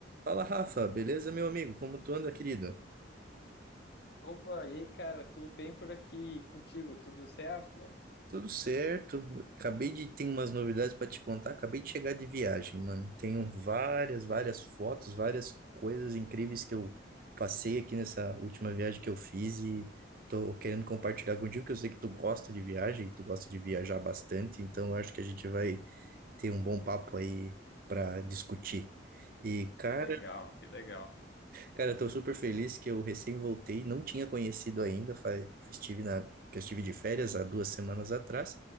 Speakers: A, on the right (about 50°); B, on the left (about 60°).
A: Fala, Rafa, beleza, meu amigo? Como tu anda, querido?
B: Opa, e aí, cara, tudo bem por aqui E contigo? Tudo certo?
A: Tudo certo. Acabei de ter umas novidades pra te contar. Acabei de chegar de viagem, mano. Tenho várias, várias fotos, várias coisas incríveis que eu passei aqui nessa última viagem que eu fiz e tô querendo compartilhar contigo, que eu sei que tu gosta de viagem, tu gosta de viajar bastante, então eu acho que a gente vai ter um bom papo aí pra discutir. E, cara,
B: Que legal, que legal.
A: Cara, eu tô super feliz que eu recém voltei, não tinha conhecido ainda, faz, estive na, que eu estive de férias há duas semanas atrás,